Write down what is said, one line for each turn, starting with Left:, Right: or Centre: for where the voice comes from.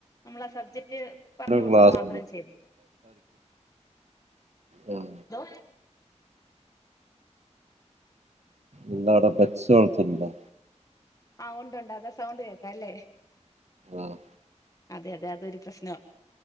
Left: നമ്മളാ സബ്ജക്ട്
Right: എന്നാലും
Left: പറഞ്ഞു കൊടുക്ക
Right: ക്ലാസ്
Left: മാത്രം ചെയ്തു
Right: ഉം
Left: ന്തോ
Right: എന്താ അവട പെറ്റ്സ് വളർത്തുന്നുണ്ടോ?
Left: ആഹ് ഒണ്ടുണ്ട്. അതാ സൗണ്ട് കേക്കാ അല്ലേ?
Right: ആഹ്
Left: അതെ അതെ അതൊരു പ്രശ്നവാ.